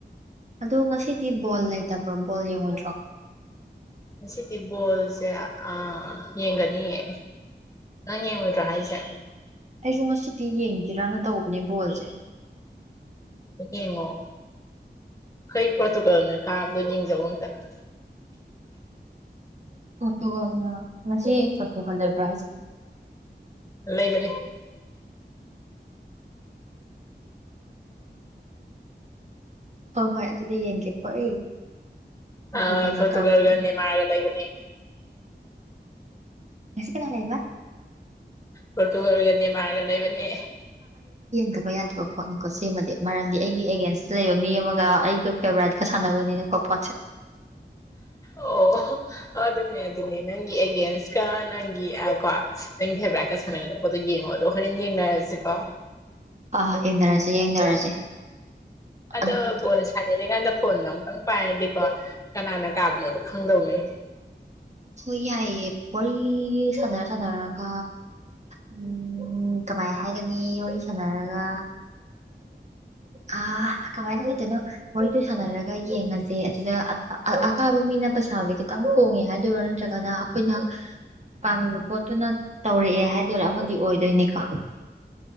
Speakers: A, on the right; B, on the left.
A: ꯑꯗꯣ ꯉꯁꯤꯗꯤ ꯕꯣꯜ ꯂꯩꯇꯕ꯭ꯔꯣ ꯕꯣꯜ ꯌꯦꯡꯉꯨꯗ꯭ꯔꯣ
B: ꯉꯗꯤ ꯕꯣꯜꯁꯦ ꯑ ꯌꯦꯡꯒꯅꯤꯌꯦ ꯑꯪ ꯌꯦꯉ ꯔ ꯍꯥꯏꯖ
A: ꯑꯩꯁꯨꯨꯝꯃꯁꯁꯤ ꯇꯤ ꯌꯦꯡꯈꯤ ꯔꯥꯟꯅ ꯇꯎꯕꯅꯤꯣꯖ
B: ꯏꯉ ꯀꯩ ꯄꯇ ꯀꯅꯦ ꯀꯥꯗ ꯇ
A: ꯄꯣꯇꯨꯒꯜꯅ ꯉꯁꯤ ꯄꯣꯇꯨꯒꯜ ꯂꯩꯕ꯭ꯔ ꯍꯥꯏꯁ
B: ꯂꯩꯕꯅꯤ
A: ꯍꯣꯏ ꯍꯣꯏ ꯑꯗꯨꯗꯤ ꯌꯦꯡꯒꯦꯀꯣ ꯑꯩ ꯄꯣꯔꯇꯨꯒꯜꯅ
B: ꯑ ꯐꯠꯇꯨꯔꯒꯅꯤꯅꯤ
A: ꯀꯥꯕꯗꯣ
B: ꯃꯥꯒꯂ ꯂꯩꯕꯅꯤ
A: ꯂꯁꯤꯀꯅꯥꯅꯦꯕ
B: ꯐꯇꯨꯒꯜꯒꯅꯤ ꯃꯥꯔꯒ ꯂꯩꯕꯅꯤ
A: ꯠꯇꯕ ꯌꯥꯗꯕ ꯄꯣꯠꯅꯤꯀꯣ ꯁꯤꯃꯗꯤ ꯃꯔꯝꯗꯤ ꯑꯩꯒꯤ ꯑꯦꯒꯦꯟꯁꯇ ꯂꯩꯕ ꯃꯤ ꯑꯃꯒ ꯑꯩꯒ ꯐꯦꯕꯣꯔꯥꯏꯠꯀ ꯁꯥꯟꯅꯕꯅꯤꯅꯀꯣ ꯣꯄꯁꯦ
B: ꯑꯣ ꯑꯗꯨ ꯑꯗꯨꯅꯦ ꯑꯗꯨꯅꯦ ꯅꯪꯒꯤ ꯑꯦꯒꯦꯟꯁꯀ ꯅꯪꯒꯤ ꯀꯣ ꯅꯪꯒꯤ ꯐꯦꯕꯔꯥꯏꯠꯀ ꯁꯥꯟꯅꯒꯗꯕ ꯄꯣꯠꯇꯣ ꯌꯦꯡꯉꯣ ꯑꯗꯣ ꯍꯣꯔꯦꯟ ꯌꯦꯡꯅꯔꯒꯦ ꯁꯤꯄꯥ
A: ꯑ ꯍ ꯌꯦꯡꯅꯔꯁꯦ ꯌꯦꯡꯅꯔꯁꯦ
B: ꯑꯗꯣꯜꯁꯗꯅꯦ
A: ꯑꯗꯨꯝ
B: ꯑꯗ ꯐꯣꯟꯅ ꯑꯃꯨꯛꯇꯪ ꯄꯥꯏꯔꯗꯤꯀꯣ ꯀꯅꯥꯅ ꯀꯥꯕꯅꯣꯗꯣ ꯈꯪꯗꯧꯅꯤ
A: ꯍꯣꯏ ꯌꯥꯏꯑꯦ ꯋꯥꯔꯤ ꯁꯥꯟꯅꯔ ꯁꯥꯟꯅꯔꯒ ꯎꯝ ꯀꯃꯥꯏ ꯍꯥꯏꯒꯅꯤ ꯋꯥꯔꯤ ꯁꯥꯟꯅꯔꯒ ꯑ ꯀꯃꯥꯏꯅ ꯂꯩꯗꯣꯏꯅꯣ ꯃꯣꯔꯦꯗꯨ ꯁꯥꯟꯅꯔꯒ ꯌꯦꯡꯉꯁꯦ ꯑꯗꯨꯗ ꯑꯀꯥꯕ ꯃꯤ ꯅ ꯄꯩꯁꯥꯁꯦ ꯈꯤꯇꯪ ꯍꯣꯡꯉꯦ ꯍꯥꯏꯗꯣꯏꯔꯣ ꯅꯠꯇ꯭ꯔꯒꯅ ꯑꯩꯈꯣꯏꯅ ꯄꯥꯝꯃꯤꯕ ꯄꯣꯠꯇꯨꯅ ꯇꯧꯔꯛꯑꯦ ꯍꯥꯏꯗꯔꯥ ꯑꯃꯗꯤ ꯑꯣꯏꯗꯣꯏꯅꯦꯀꯣ